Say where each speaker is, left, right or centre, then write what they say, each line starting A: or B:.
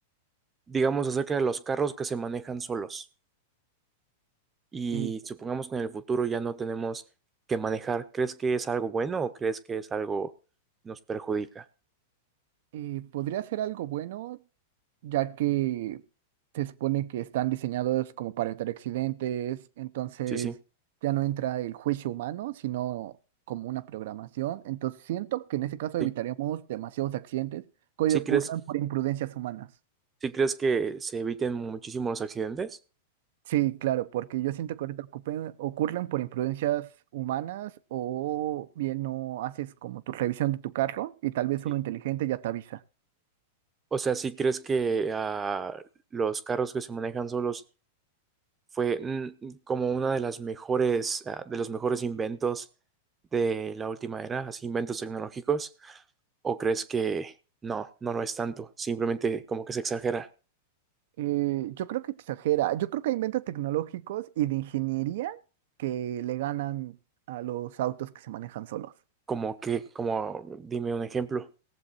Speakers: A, on the right; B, on the right.
A: digamos, acerca de los carros que se manejan solos y
B: Eh,
A: supongamos que en el futuro ya no tenemos que manejar, ¿crees que es algo bueno o crees que es algo que nos perjudica?
B: eh, podría ser algo bueno ya que se supone que están diseñados como para evitar accidentes, entonces
A: Sí, sí,
B: ya no entra el juicio humano, sino como una programación. Entonces siento que en ese caso
A: sí.
B: evitaríamos demasiados accidentes que hoy
A: ¿Sí
B: ocurren
A: crees,
B: por imprudencias humanas.
A: sí crees que se eviten muchísimo los accidentes?
B: Sí, claro, porque yo siento que ahorita ocupen- ocurren por imprudencias humanas o bien no haces como tu revisión de tu carro y tal vez
A: Sí.
B: uno inteligente ya te avisa.
A: O sea, ¿sí crees que ah, los carros que se manejan solos fue mm, como una de las mejores, ah, de los mejores inventos de la última era, así inventos tecnológicos? ¿O crees que no, no lo es tanto? Simplemente como que se exagera,
B: Eh, yo creo que exagera. Yo creo que hay inventos tecnológicos y de ingeniería que le ganan a los autos que se manejan solos.
A: como que, como, dime un ejemplo.